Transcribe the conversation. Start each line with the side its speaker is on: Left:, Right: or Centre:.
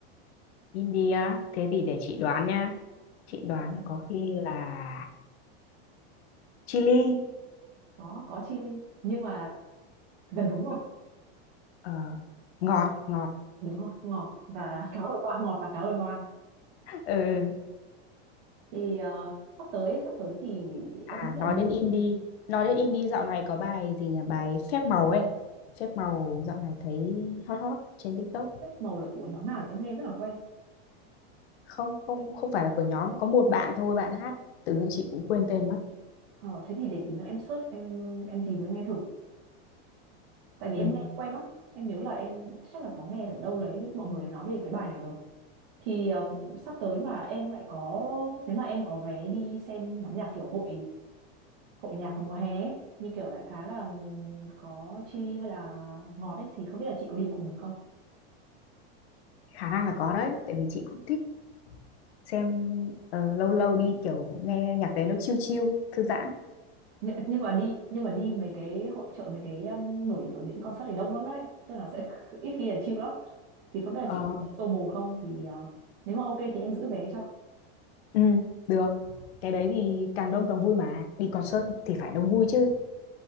Left: India thế thì để chị đoán nha chị đoán
Right: chị đoán đấy
Left: có khi là chili
Right: có có Chillies nhưng mà gần đúng rồi
Left: ờ, ngọt ngọt
Right: đúng rồi ngọt và <laughs> cá hồi hoang ngọt và cá hồi hoang
Left: <laughs> ừ.
Right: thì ờ, sắp tới sắp tới thì
Left: à
Right: em nghĩ là
Left: nói đến indie nói đến indie dạo này có bài gì nhỉ bài phép màu ấy phép màu dạo này thấy hot hot trên TikTok
Right: Phép màu là của nhóm nào thì em nghe rất là quen
Left: không không không phải là của nhóm có một bạn thôi bạn hát tự dưng chị cũng quên tên mất
Right: ờ, thế thì để tí nữa em search em em tìm em nghe thử tại vì
Left: ừ.
Right: em nghe cũng quen lắm em nhớ là em chắc là có nghe ở đâu đấy mọi người nói về cái bài này rồi thì um, sắp tới mà em lại có nếu mà em có vé đi xem nhóm nhạc kiểu hội hội nhạc vào mùa hè ấy, như kiểu đại khái là um, có Chillies hay là Ngọt ấy thì không biết là chị có đi cùng được không
Left: khả năng là có đấy tại vì chị cũng thích xem ờ, lâu lâu đi kiểu nghe nhạc đấy nó chill chill thư giãn
Right: nhưng, nhưng mà đi nhưng mà đi mấy cái hội chợ mấy cái um, buổi biểu diễn concert thì đông lắm đấy tức là sẽ <laughs> ít khi là chill lắm thì không biết là chị
Left: ờ
Right: có solo không thì ờ, nếu mà ok thì em giữ vé cho
Left: ừ, được cái đấy thì càng đông càng vui mà đi concert thì phải đông vui chứ